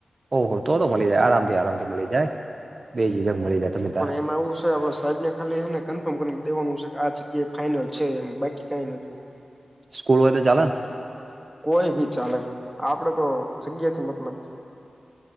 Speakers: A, on the right; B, in the centre.
A: ઓહ તો તો મળી જાય આરામથી આરામથી મળી જાય બેજીજક મળી જાય. તમે
B: પણ
A: તારા
B: એમાં એવું છે આપડે સાહેબ ને ખાલી એને કન્ફર્મ કરીને દેવાનું છે કે આ જગ્યાએ ફાઈનલ છે એમ બાકી કાઈ નથી.
A: સ્કૂલ હોય તો ચાલેન
B: કોઈ ભી ચાલે આપડે તો જગ્યાથી મતલબ